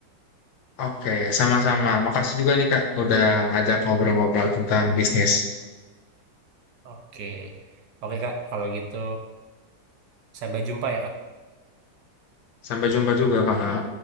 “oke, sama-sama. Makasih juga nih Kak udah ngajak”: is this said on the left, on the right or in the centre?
Left